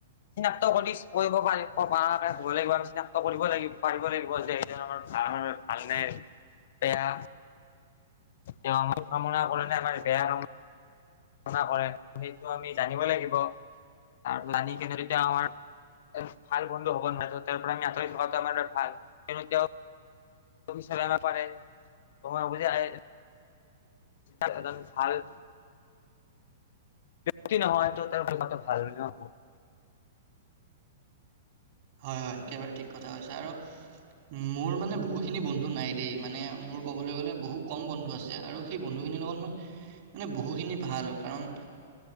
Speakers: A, on the left; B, on the right.
A: চিনাক্ত কৰি কৰিব পাৰিব হ'ব লাগিব, আমি চিনাক্ত কৰিব লাগিব, পাৰিব লাগিব যে- যে আমাৰ ভা-ভাল নে বেয়া। তেওঁ আমাৰ কামনা ক'ৰে নে আমাৰ বেয়া কাম- না কৰে, সেইটো আমি জানিব লাগিব। তাৰ জানি কিনে তেতিয়া আমাৰ- ভাল বন্ধু হ'ব নোৱাৰে তো তাৰ পৰা আমি আঁতৰি থকাটো আমাৰ বাবে ভাল। কিন্তু তেওঁ- <unintelligible> একদম ভাল- ক্ষতি নহয় তো তেওঁৰ থকাটো ভাল ন'।
B: হয়-হয়, একেবাৰে ঠিক কথা কৈছা। আৰু মোৰ মানে বহুত- সেইখিনি বন্ধু নাই দেই, মানে মোৰ ক'বলৈ গ'লে বহুত কম বন্ধু আছে আৰু সেই বন্ধু খিনিৰ লগত মোৰ- মানে বহুখিনি ভাল। কাৰণ-